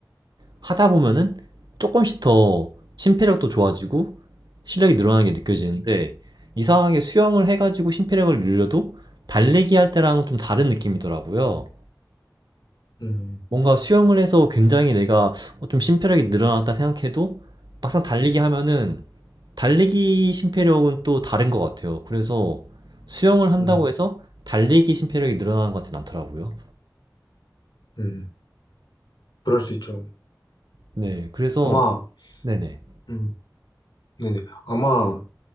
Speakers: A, on the right; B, on the left.
A: 하다 보면은 조금씩 더 심폐력도 좋아지고 실력이 늘어나는 게 느껴지는데 이상하게 수영을 해가지고 심폐력을 늘려도 달리기 할 때랑은 좀 다른 느낌이더라고요.
B: 음,
A: 뭔가 수영을 해서 굉장히 내가 어, 좀 심폐력이 늘어났다 생각해도 막상 달리기 하면은 달리기 심폐력은 또 다른 것 같아요. 그래서 수영을 한다고
B: 음,
A: 해서 달리기 심폐력이 늘어나는 것 같진 않더라고요.
B: 음. 그럴 수 있죠.
A: 네, 그래서
B: 아마,
A: 네네
B: 음, 네네. 아마,